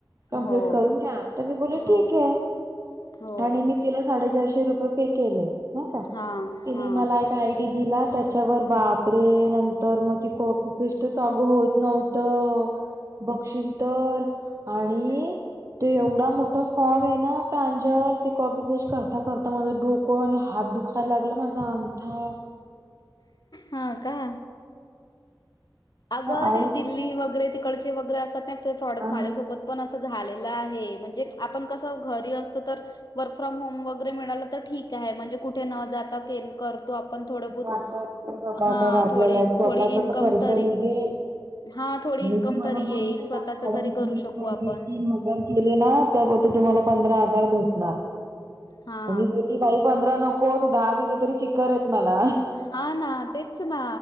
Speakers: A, on the right (about 45°); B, on the left (about 60°).
A: कम्प्लीट
B: हो
A: करून द्या तर मी बोलले
B: हो
A: ठीक आहे.
B: हो.
A: आणि मी तिला साडेचारशे रुपये पे केले. हा का.
B: हा.
A: तिने
B: हा
A: मला एक आय डी दिला त्या च्यावर बापरे नंतर मग ते कॉपी पेस्टचं अगं होतं नव्हतं. बघशील तर आणि
B: हम्म
A: ते एवढा मोठा फॉर्म आहे ना प्रांजल ते कॉपी पेस्ट करता करता माझं डोकं आणि हात दुखा यला लागलं माझा अंगठा
B: हा का अगं
A: हो आणि
B: ते दिल्ली वगैरे तिकडचे वगैरे असतात ना ते फ्रॉड्स
A: हा
B: माझ्यासोबत पण असं झालेलं आहे म्हणजे आपण कसं घरी असतो तर वर्क फ्रॉम होम वगैरे मिळालं तर ठीक आहे म्हणजे कुठे न जाता केल करतो आपण थोडं बहोत.
A: वाटत असेल बाबा
B: हा
A: का आपल्याला
B: थोडी
A: एक स्वतःचा
B: थोडी इनकम
A: तर खर्च
B: तरी
A: निघेल
B: हा थोडी
A: आणि
B: इन्कम
A: ती मला
B: तरी
A: बोलली
B: येईल स्वतःच
A: का मॅडम
B: तरी
A: <unintelligible>
B: करू शकू आपण
A: जर केले ना तर बहुतेक तुम्हाला पंधरा हजार भेटणार.
B: हा
A: आणि जे ए बाई पंधरा नकोत दहा दिले तरी चिक्कार आहेत. मला
B: हा ना तेच ना